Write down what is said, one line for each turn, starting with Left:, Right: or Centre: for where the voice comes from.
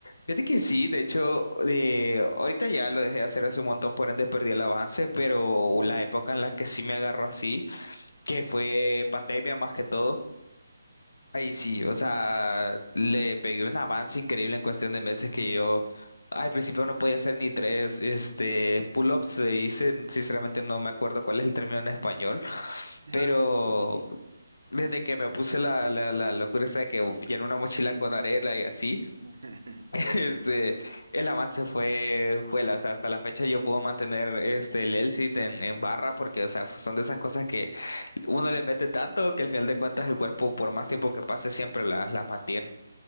Left: Fíjate que sí, de hecho, eh, ahorita ya lo dejé de hacer hace un montón, por ende perdí el avance, pero
Right: Lógico.
Left: la época en la que sí me agarró así, que fue pandemia más que todo, ahí sí, o sea, le pegué un avance increíble en cuestión de meses que yo al principio no podía hacer ni tres, este, pull-ups se dice, sinceramente no me acuerdo cuál es el término en español,
Right: Ajá.
Left: pero
Right: Sí, sí, sí.
Left: desde que me puse la, la, la locura esta de que llené una mochila con arena y así,
Right: <laughs>
Left: <laughs> Este, el avance fue, juela, o sea, hasta la fecha yo puedo mantener este, el Elsit en, en barra porque, o sea, pues, son de esas cosas que uno le mete tanto que al final de cuentas el cuerpo, por más tiempo que pase, siempre las las mantiene.